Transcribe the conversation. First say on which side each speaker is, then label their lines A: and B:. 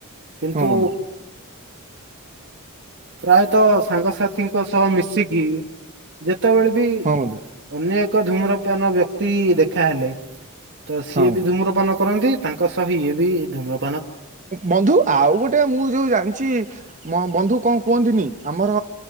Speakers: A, on the right (about 55°); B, on the right (about 35°).
A: କିନ୍ତୁ
B: ହଁ ବନ୍ଧୁ
A: ପ୍ରାୟତଃ ସାଙ୍ଗସାଥିଙ୍କ ସହ ମିଶିକି ଯେ ସେତେବେଳେ ବି
B: ହଁ ବନ୍ଧୁ
A: ଅନ୍ୟ ଏକ ଧୂମ୍ରପାନ ବ୍ୟକ୍ତି ଦେଖାହେଲେ ତ ସିଏ
B: ହଁ
A: ବି
B: ବନ୍ଧୁ
A: ଧୁମ୍ରପାନ କରନ୍ତି ତାଙ୍କ ସହ ଇଏ ବି ଧୁମ୍ରପ
B: ବନ୍ଧୁ ଆଉ ଗୋଟେ ମୁଁ ଯୋଉ ଜାଣିଛି ବନ୍ଧୁ କଣ କୁହନ୍ତିନି ଆମର